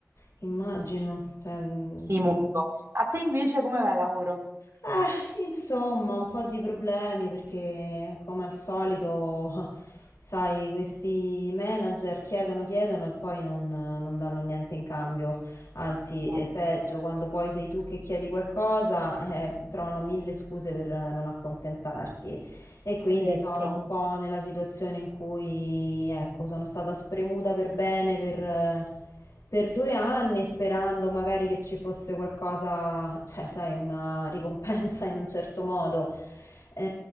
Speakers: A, on the left; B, on the right.
A: immagino. cioè, mm.
B: sì molto. A te invece come va il lavoro?
A: Eh, insomma, un po' di problemi perché come al solito, <laughs> sai, questi manager chiedono, chiedono e poi non, non danno niente in cambio. Anzi, è
B: Ah,
A: peggio, quando poi sei tu che chiedi qualcosa, eh, trovano mille scuse per non accontentarti. E quindi
B: Certo,
A: sono un po' nella situazione in cui, ecco, sono stata spremuta per bene per per due anni sperando magari che ci fosse qualcosa, cioè, sai, una ricompensa in un certo modo. Eh,